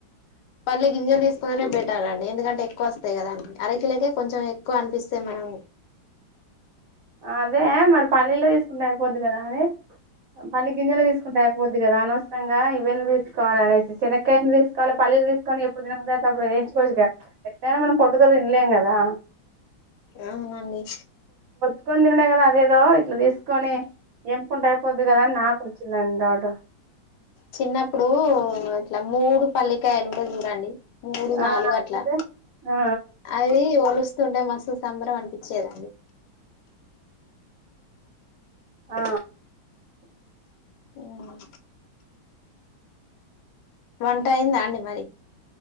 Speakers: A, on the left; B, on the right.
A: పల్ల గింజలు తీసుకుందనే బెటర్ అండి ఎందుకంటే ఎక్కువ వస్తాయి కదాండి అరకిలకే కొంచెం ఎక్కువ అనిపిస్తే మనం
B: అదే మరి పల్లీలో తీసుకుంటూ అయిపోద్ది కదా అది పల్లి గింజలు తీసుకుంటా అయిపోద్ది కదా అనవసరంగా ఇవన్నీ తీసుకోవాలి అనేసి చినకాయని తీసుకోవాలి పల్లిలు తీసుకొని ఎప్పుడు తిన్బుదియ్తే అ అప్పుడు వేంచుకోవచ్చుగా ఎటైనా మనం పొట్టుగ తినలేం కదా
A: అవునండి
B: తీనీ <unintelligible> కదా అదేదో ఇట్లా తీసుకొని ఎంపుకుంటే అయిపోద్ది కదా అని నాకు వచ్చిందండి డౌంటు
A: చిన్నప్పుడు ఇట్లా మూడు పల్లికాయలుంటే చూడండి మూడు
B: ఆ
A: నాలుగు అట్లా
B: అయితే ఆ
A: అది వోలుస్తా స్తుండే మస్తు సంబరం అనిపించేదండి
B: ఆ
A: ఉమ్ వంట అయిందా అండి మరి